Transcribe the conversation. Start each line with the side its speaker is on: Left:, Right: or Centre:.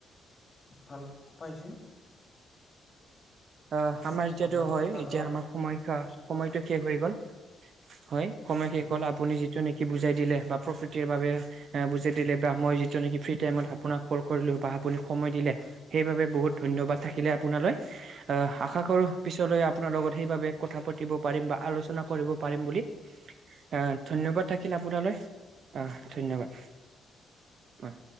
Left: ভাল পাইছে
Right: অ' সাম্ৰাজ্যৰ
Left: আপোনাৰ
Right: টো
Left: লগত
Right: হয়
Left: আৰু
Right: এতিয়া আমাৰ সময়
Left: পিছত
Right: সময়টো
Left: কথা
Right: শেষ হৈ গ'ল। হয়, সমঢয় শেষ
Left: হয়
Right: হোৱালে আপুনি যে যিটো নেকি বুজাই দিলে বা প্ৰকৃতিৰ বাবে বুজাই দিলে বা মই যিটো নেকি ফ্ৰী টাইমত আপোনাক কল কৰিলো। বাহ বুলি সময় দিলে। সেইবাবে বহুত ধন্যবাদ থাকিলে আপোনালৈ অহ আশা কৰো পিছলৈ আপোনাৰ লগত সেইবাবে কথা পতা পাতিব পাৰিম বা আলোচনা কৰিব পাৰিম বুলি অহ ধন্যবাদ থাকিল আপোনালৈ। অ' ধন্যবাদ হয়।